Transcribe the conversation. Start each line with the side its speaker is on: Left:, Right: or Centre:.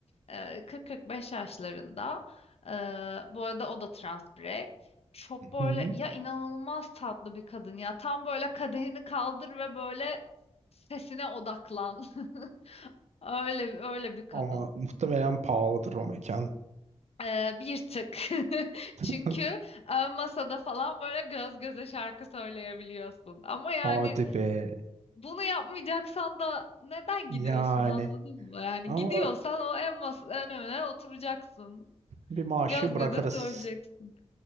Left: e, 40-45 yaşlarında. E, bu arada o da trans birey. Çok
Right: Hı.
Left: böyle ya inanılmaz tatlı bir kadın ya. Tam böyle kadehini kaldır ve böyle sesine odaklan. <laughs> Öyle öyle bir kadın.
Right: Ama muhtemelen pahalıdır o mekan.
Left: Ee, bir tık. <laughs> Çünkü
Right: <laughs>
Left: ön masada falan böyle göz göze şarkı söyleyebiliyorsun. Ama yani
Right: Hadi be.
Left: bunu yapmayacaksan da neden
Right: Yani.
Left: gidiyorsun anladın mı? Yani
Right: Ama
Left: gidiyorsan o en masa önüne oturacaksın.
Right: Bir maaşı
Left: Göz
Right: bırakırız.
Left: göze söyleyeceksin.